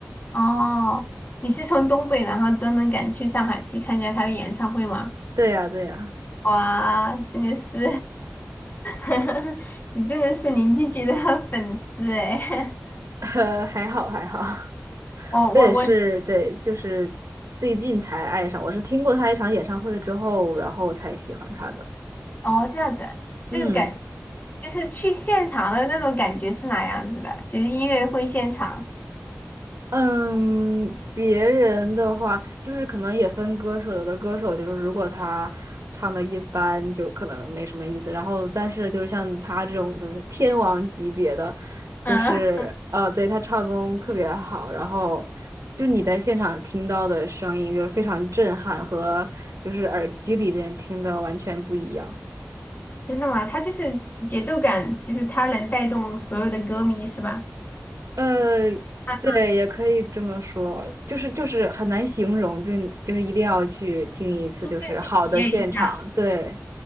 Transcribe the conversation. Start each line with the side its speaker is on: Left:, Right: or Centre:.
Left: 哦，你是从东北，然后专门赶去上海去参加他的演唱会吗？
Right: 对呀对呀，
Left: 哇，真的是，<laughs> 你真的是林俊杰的粉丝哎！
Right: <laughs> 呃还好还好，<laughs>
Left: <laughs> 我我我，
Right: 我也是对，就是最近才爱上，我是听过他一场演唱会之后，然后才喜欢他的。
Left: 哦，这样子啊就是感
Right: 嗯。
Left: 就是去现场的那种感觉是哪样子的？就是音乐会现场，
Right: 嗯，别人的话就是可能也分歌手，有的歌手就是如果他唱的一般，就可能没什么意思。然后，但是就是像他这种就是天王级别的，
Left: 嗯，
Right: 就是呃，对他唱功特别好，然后就你在现场听到的声音就是非常震撼，和就是耳机里面听的完全不一样。
Left: 真的吗？它就是节奏感，就是它能带动所有的歌迷，是吧？
Right: 呃，
Left: 啊，
Right: 对，也可以这么说，就是就是很难形容，就是就是一定要去听一次，
Left: 亲自去体验一下，
Right: 就是好的现场，对，